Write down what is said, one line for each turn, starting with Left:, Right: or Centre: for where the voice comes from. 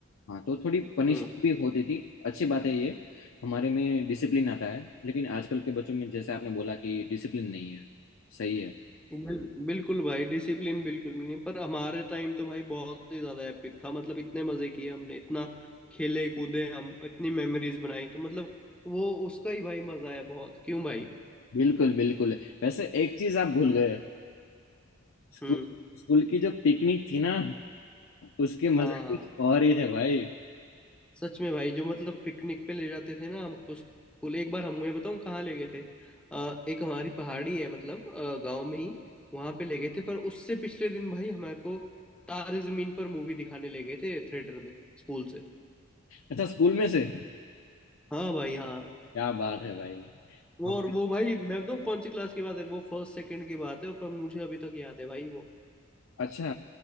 Left: हाँ तो थोड़ी पनिशमेंट
Centre: हम्म
Left: भी होती थी अच्छी बात है ये हमारे में डिसिप्लिन आता है लेकिन आजकल के बच्चों में जैसे आपने बोला कि डिसिप्लिन नहीं है सही है
Centre: बिल, बिल्कुल भाई डिसिप्लिन बिल्कुल भी नहीं पर हमारे टाइम तो भाई बहुत ही ज्यादा एपिक था मतलब इतने मजे किए हमने इतना खेले कूदे हम इतनी मेमोरीज बनाई तो मतलब वो उसका ही भाई मजा है बहुत क्यों भाई
Left: बिल्कुल बिल्कुल वैसे एक चीज आप भूल गए स्कूल
Centre: हम्म
Left: स्कूल की जो पिकनिक थी ना उसके मजे
Centre: हाँ
Left: कुछ और ही थे भाई
Centre: सच में भाई जो मतलब पिकनिक पे ले जाते थे ना हमको स्कूल एक बार हमें बताऊं कहाँ ले गए थे अ, एक हमारी पहाड़ी है मतलब गांव में ही वहां पे ले गए थे पर उससे पिछले दिन भाई हमारे को तारे जमीन पर मूवी दिखाने ले गए थे थिएटर में स्कूल से
Left: अच्छा स्कूल में से
Centre: हाँ भाई हाँ
Left: क्या बात है भाई
Centre: वो
Left: हम
Centre: और वो भाई मैं बताऊँ कौन सी क्लास की बात है वो फर्स्ट सेकंड की बात है पर मुझे अभी तक याद है भाई वो
Left: अच्छा